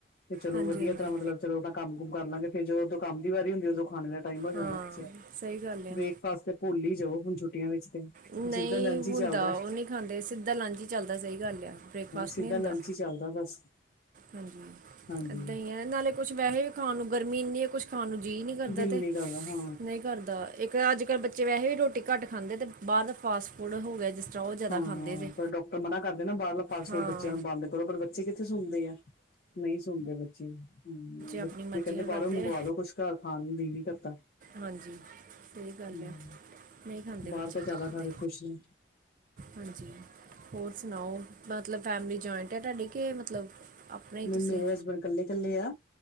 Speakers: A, on the left; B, on the right.
A: ਤੇ ਚਲੋ
B: ਹਾਂਜੀ
A: ਵਧੀਆ
B: ਹਾਂਜੀ
A: ਇਸ ਤਰ੍ਹਾਂ ਮਤਲਬ ਚਲੋ, ਆਪਾਂ ਕੰਮ ਕੁਮ ਕਾਰ ਲਾਗੇੇ। ਫੇਰ ਜਦੋਂ ਉਦੋਂ ਕੰਮ ਦੀ ਵਾਰੀ ਹੁੰਦੀ, ਉਦੋਂ ਖਾਣੇ ਟਾਈਮ ਹੋ
B: ਹਾਂ
A: ਜਾਂਦਾ ਬੱਚਿਆਂ,
B: ਸਹੀ ਗੱਲ ਆ
A: ਬ੍ਰੇਕਫਾਸਟ ਤੇ ਭੁਲੀ ਹੀ ਜਾਓ, ਹੁਣ ਛੁੱਟੀਆਂ ਵਿੱਚ ਤੇ
B: ਨਹੀਂ
A: ਸਿੱਧਾ ਲੰਚ ਹੀ
B: ਹੁੰਦਾ।
A: ਚੱਲਦਾ
B: ਉਹ ਨਹੀਂ ਖਾਂਦੇ, ਸਿੱਧਾ ਲੰਚ ਹੀ ਚਲਦਾ, ਸਹੀ ਗੱਲ ਆ ਬ੍ਰੇਕਫਾਸਟ
A: ਸਿੱਧਾ
B: ਨਹੀਂ ਹੁੰਦਾ।
A: ਲੰਚ ਹੀ ਚੱਲਦਾ ਹਾਂ ਬਸ
B: ਹਾਂਜੀ,
A: ਹਾਂਜੀ
B: ਏਦਾਂ ਹੀ ਹੈ, ਨਾਲੇ ਕੁਛ ਵੈਸੇ ਵੀ ਖਾਣ ਨੂੰ ਗਰਮੀ ਇੰਨੀ ਕੁਛ ਖਾਣ ਨੂੰ ਜੀਅ ਨਹੀ ਕਰਦਾ
A: ਦਿਲ
B: ਤੇ
A: ਨੀ ਕਰਦਾ ਹਾਂ
B: ਨਹੀਂ ਕਰਦਾ। ਇੱਕ ਅੱਜ-ਕੱਲ੍ਹ ਬੱਚੇ ਵੈਸੇ ਵੀ ਰੋਟੀ ਘੱਟ ਖਾਂਦੇ ਅਤੇ ਬਾਹਰ ਦਾ ਫਾਸਟ ਫੂਡ ਹੋ ਗਿਆ ਜਿਸ ਤਰ੍ਹਾਂ ਉਹ ਜ਼ਿਆਦਾ
A: ਹਾਂ,
B: ਖਾਂਦੇ ਜੇ
A: ਪਰ ਡਾਕਟਰ ਮਨਾ ਕਰਦੇ ਨਾ ਬਾਹਰਲਾ ਫਲਸ
B: ਹਾਂ
A: ਫੂ ਬੱਚਿਆਂ ਨੂੰ ਬੰਦ ਕਰੋ ਪਰ ਬੱਚੇ ਕਿੱਥੇ ਸੁਣਦੇ ਆ। ਨਹੀਂ ਸੁਣਦੇ ਬੱਚੇ ਹੂੰ ਬੱਚੇ
B: ਆਪਣੀ ਮਰਜ਼ੀਆਂ
A: ਕਹਿੰਦੇ ਬਾਹਰੋਂ
B: ਕਰਦੇ
A: ਮੰਗਵਾ ਦੋ ਕੁਛ ਘਰ ਖਾਣ ਜੀ ਨੀ ਕਰਦਾ।
B: ਹਾਂਜੀ ਸਹੀ ਗੱਲ
A: ਹਮ
B: ਹੈ, ਨਹੀਂ ਖਾਂਦੇ
A: ਬਾਹਰ
B: ਬੱਚੇ
A: ਤਾਂ ਜ਼ਿਆਦਾ
B: ਅਜ ਕੱਲ
A: ਖਾ
B: ਦੇ
A: ਕੇ ਖੁਸ਼ ਨੇ
B: ਹਾਂਜੀ, ਹੋਰ ਸੁਣਾਓ? ਮਤਲਬ ਫੈਮਿਲੀ ਜੁਆਇੰਟ ਹੈ ਤੁਹਾਡੀ ਕਿ ਮਤਲਬ ਆਪਣਾ ਹੀ
A: ਨਹੀਂ,
B: ਤੁਸੀਂ
A: ਮੇਰੇ ਹਸਬੈਂਡ ਇਕੱਲੇ ਕੱਲੇ ਆ,